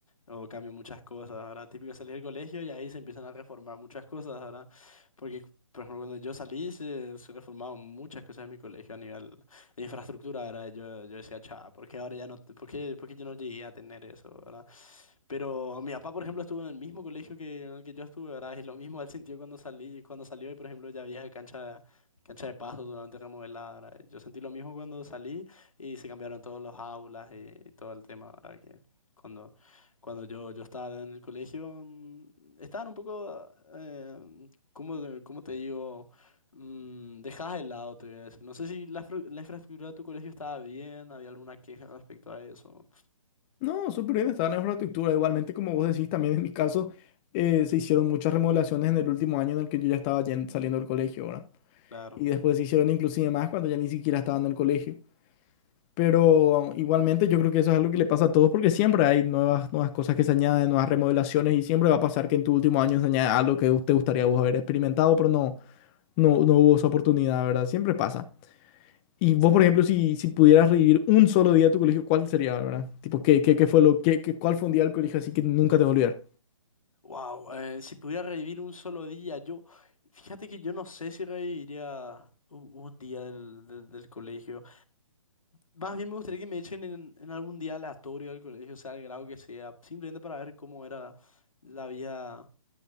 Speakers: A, on the left; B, on the left.
A: o cambian muchas cosas. Ahora típico salir del colegio y ahí se empiezan a reformar muchas cosas, ahora Porque, por ejemplo, cuando yo salí se, se reformaron muchas cosas en mi colegio a nivel de infraestructura, ahora Yo, yo decía, chao, ¿por qué ahora ya no, te- por qué, por qué yo no llegué a tener eso, ¿verdad? Pero mi papá, por ejemplo, estuvo en el mismo colegio que, en el que yo estuve, ¿verdad? Y lo mismo él sintió cuando salí, cuando salió y, por ejemplo, ya había cancha, cancha de paso totalmente remodelada, ¿verdad? Yo sentí lo mismo cuando salí y se cambiaron todos los aulas y, y todo el tema, ¿verdad? Que cuando, cuando yo, yo estaba en el colegio, mm, estaban un poco, eh, ¿cómo, de- cómo te digo? Mm, dejadas de lado, te voy a decir. No sé si la, fru- la infraestructura de tu colegio estaba bien, había alguna queja respecto a eso.
B: No, súper bien está la infraestructura. Igualmente, como vos decís, también en mi caso eh, se hicieron muchas remodelaciones en el último año en el que yo ya estaba yen- saliendo del colegio, ¿verdad?
A: Claro.
B: Y después se hicieron inclusive más cuando ya ni siquiera estaba en el colegio. Pero ah, igualmente yo creo que eso es algo que le pasa a todos porque siempre hay nuevas, nuevas cosas que se añaden, nuevas remodelaciones y siempre va a pasar que en tu último año se añade algo que te gustaría vos haber experimentado, pero no, no, no hubo esa oportunidad, ¿verdad? Siempre pasa. Y vos, por ejemplo, si, si pudieras revivir un solo día de tu colegio, ¿cuál sería, Bárbara? Tipo, ¿qué, qué, qué fue lo, qué, qué- cuál fue un día del colegio así que nunca te va a olvidar?
A: Wow, eh, si pudiera revivir un solo día, yo, fíjate que yo no sé si reviviría u- un, día del, del- del colegio. Más bien me gustaría que me echen en, en algún día aleatorio del colegio, sea el grado que sea, simplemente para ver cómo era la vida.